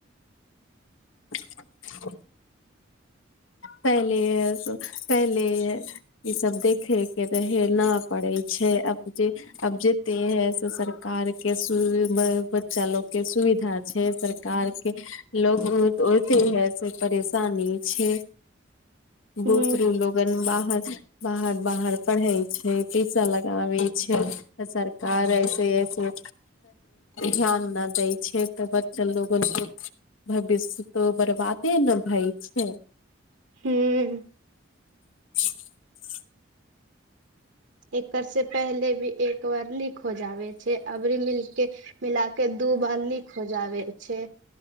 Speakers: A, on the left; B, on the right.
A: <unintelligible> पहले पहले ई सब देखे के रहे न पड़ करै छै अब जे अब जेते है से सरकार के बच्चा लोग के सुविधा छै सरकार के लोग ओते है से परेशानी छै
B: हूँ
A: बूदरू लोगन बाहर बाहर बाहर पढ़ै छै पैसा लगाबै छै तऽ सरकार ऐसे ऐसे ध्यान न दै छै तऽ बच्चल लोगन के भविष्य तो बरबादे ने भय छै
B: हूँ
A: <unintelligible>
B: एकर से पहले भी एक बार लिक हो जाबे छै अबरी मिलकके मिलाके दु तू बार लिक हो जाबे छै